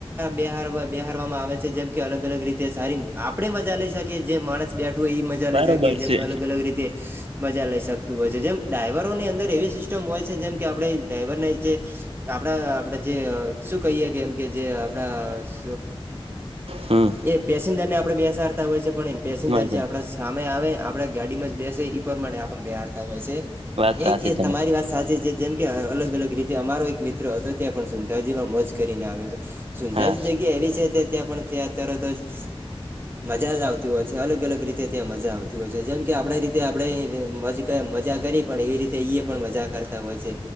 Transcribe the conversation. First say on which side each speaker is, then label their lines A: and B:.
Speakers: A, on the right (about 20°); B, on the right (about 75°).
A: બેહારવામાં આવે છે જેમ કે અલગ અલગ રીતે સારી આપડે મજા લઈ શકીએ જેમ. માણસ બેઠુ ઈ મજા
B: બરોબર
A: લઈ શકીએ જેમ
B: છે
A: અલગ અલગ રીતે મજા લઈ શક. તું હોય જેમ ડ્રાઈવરોની અંદર એવી સિસ્ટમ હોય છે જેમ કે આપણે ડ્રાઈવરને જે આપડા આપડે જે શું કહીએ કેમ કે જે આપડા સ
B: હમ
A: એ પેસેન્જર ને આપડે બેસાડતા હોય છે પણ એ પેસેન્જર
B: મજા
A: જે આપડા સામે આવે આપડા ગાડીમાં જ બેસ જ ઈ પ્રમાણે આપણ ને બેહારતા હોય છે
B: વાત સાચી
A: એ જ તમારી વાત સાચી છે જેમ કે અલગ અલગ રીતે તે અમારો એક મિત્ર હતો ત્યાં પણ સુંંધાજીમાં મોજ કરીને આવ્યો હતો સુંંધાજી
B: હા
A: જગ્યા એવી છે જ ત્યાં પણ તં તરતો જ મજા આવતી હોય છે, અલગ અલગ રીતે ત્યાં મજા આવતી હોય છે, જેમ કે આપડે રીતે આપડે મોજ કર મજા કરી પણ એવી રીતે એ પણ મજા કરતા હોય છે,